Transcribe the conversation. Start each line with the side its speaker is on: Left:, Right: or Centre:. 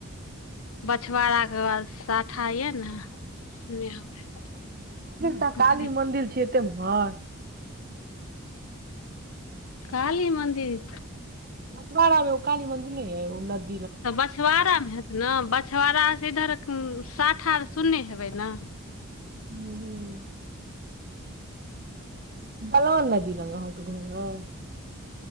Left: बछवाड़ाक के पास साथा यऽ ने सुनने हेबै
Right: त काली
Left: ओकरे
Right: मन्दिर छै तमे हं
Left: काली मन्दिर
Right: बछवाड़ा मे ओ काली मन्दि नहि आय ओ नद
Left: तऽ बसबाड़ामे हेत ने बछबाड़ा से इधर साठार सुन्ने हेबै ने
Right: हूं हूं बलान नदी लग अहाँके घर अय